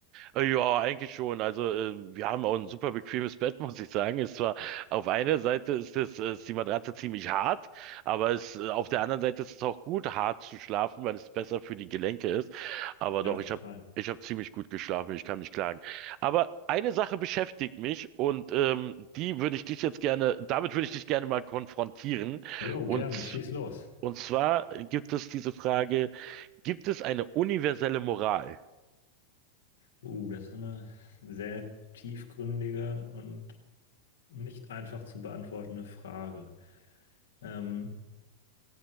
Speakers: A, on the right (about 40°); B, on the left (about 65°).
A: Äh, Ja, eigentlich schon. Also äh, wir haben auch ein super bequemes Bett, <laughs> muss ich sagen. Ist zwar auf einer Seite ist es äh, ist die Matratze ziemlich hart, aber es äh, auf der anderen Seite ist es auch gut, hart zu schlafen, weil es besser für die Gelenke ist. Aber
B: Ja,
A: doch,
B: total.
A: ich habe ich habe ziemlich gut geschlafen. Ich kann nicht klagen. Aber eine Sache beschäftigt mich und ähm, die würde ich dich jetzt gerne, damit würde ich dich gerne mal konfrontieren.
B: Jo,
A: Und
B: gerne, schieß los.
A: Und zwar gibt es diese Frage, gibt es eine universelle Moral?
B: Uh, das ist eine sehr tiefgründige und nicht einfach zu beantwortende Frage. Ähm,